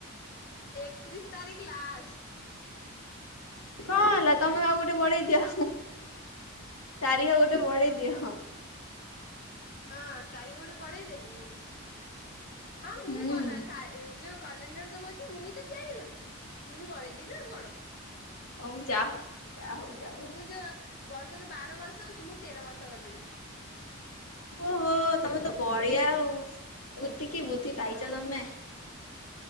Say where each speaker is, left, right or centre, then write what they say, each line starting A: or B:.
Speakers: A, on the left; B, on the left.
A: ଏକତିରିଶ ତାରିଖ ଲାଷ୍ଟ
B: କଣ ହେଲା ତମେ ଆଉ ଗୋଟେ ବଢେଇ ଦିଅ। ତାରିଖ ଗୋଟେ ବଢ଼େଇ ଦିଅ ହଁ।
A: ହଁ ତାରିଖ ଗୋଟେ ବଢ଼େଇ ଦେବି ମୁଁ ହଁ
B: ହୁଁ
A: ମୁଁ କଲା ଖାଏ। ଯୋଉ କ୍ୟାଲେଣ୍ଡର ସବୁ ଅଛି ମୁଁ ହିଁ ତ ତିଆରି କରିଛି ମୁଁ ହିଁ ବଳେଇଦେବି ଆଉ କଣ?
B: ହଉ ଯାହା ହଉ। ଯା ହଉ ଯା ହଉ
A: ମୁଁ ଯୋଉ ବର୍ଷକ ବାର ମାସ ହଉଛି ମୁଁ ତେର ମାସ କରିଦେବି।
B: ଓହୋ ତମେ ତ ବଢିଆ ଆଉ ବୁଧି କି ବୁଦ୍ଧି ପାଇଛ
A: ହଁ
B: ତମେ